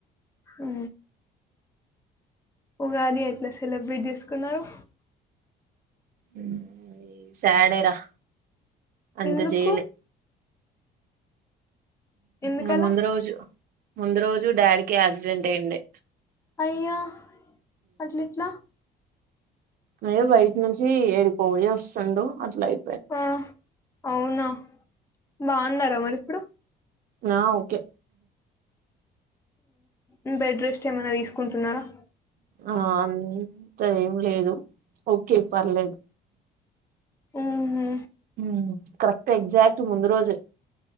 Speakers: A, on the left; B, on the right.
A: హు ఉగాది ఎట్లా సెలబ్రేట్ చేసుకున్నారు.
B: హు సాడ్ ఏ రా అంత
A: ఎందుకు
B: జయలే
A: ఎందుకలా
B: హు ముందు రోజు ముందు రోజు డాడీకి యాక్సిడెంట్ అయింది.
A: అయ్యా అట్లా ఇట్లా
B: అయ్యో బయటి నుంచి ఎడికో పోయి వస్తుండు అట్లా అయి
A: ఆ అవునా బాగున్నారా మరి ఇప్పుడు
B: ఆ ఓకే
A: ఊ బెడ్ రెస్ట్ ఏమైనా తీసుకుంటున్నారా.
B: ఆ అంత ఏం లేదు ఓకే పర్లేదు
A: హుహు
B: హు కరెక్ట్ ఎగ్జాక్ట్ ముందు రోజే